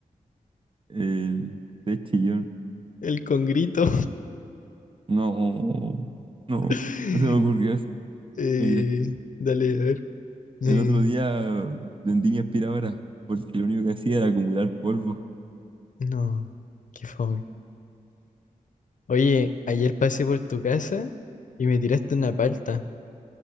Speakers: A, on the right; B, on the left.
A: <laughs> El de chillón.
B: El congrito.
A: No, no,
B: <laughs>
A: no se me ocurrió eso.
B: Eh,
A: Ya, mira,
B: dale, a ver. Eh,
A: el otro día vendí mi aspiradora, porque lo único que hacía era acumular polvo.
B: no, qué fome. Oye, ayer pasé por tu casa y me tiraste una palta.